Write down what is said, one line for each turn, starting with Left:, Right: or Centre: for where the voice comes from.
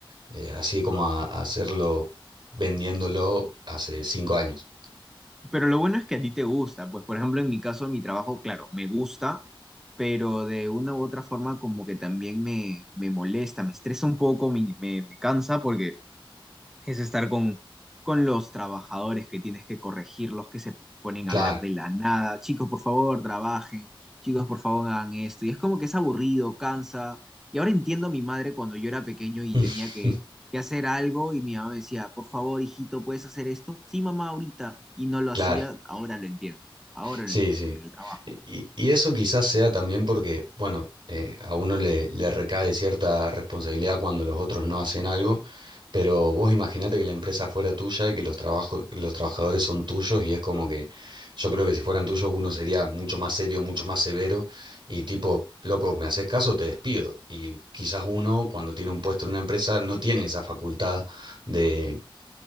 Right: eh, así como a, a hacerlo vendiéndolo hace cinco años.
Centre: Pero lo bueno es que a ti te gusta, pues por ejemplo en mi caso mi trabajo, claro, me gusta, pero de una u otra forma como que también me, me molesta, me estresa un poco, me, me, me cansa porque es estar con, con los trabajadores que tienes que corregir, los que se ponen
Right: Claro,
Centre: a hablar de la nada. Chicos, por favor, trabajen. Chicos, por favor, hagan esto. Y es como que es aburrido, cansa. Y ahora entiendo a mi madre cuando yo era pequeño y
Right: <laughs>
Centre: tenía que, que hacer algo y mi mamá me decía, por favor, hijito, ¿puedes hacer esto? Sí, mamá, ahorita. Y no lo
Right: claro.
Centre: hacía, ahora lo entiendo. Ahora
Right: Sí,
Centre: lo entiendo.
Right: sí.
Centre: Y en el trabajo.
Right: Y, y eso quizás sea también porque, bueno, eh, a uno le, le recae cierta responsabilidad cuando los otros no hacen algo, pero vos imaginate que la empresa fuera tuya y que los trabajos, los trabajadores son tuyos y es como que yo creo que si fueran tuyos uno sería mucho más serio, mucho más severo y tipo, loco, ¿me haces caso? Te despido. Y quizás uno cuando tiene un puesto en una empresa no tiene esa facultad de,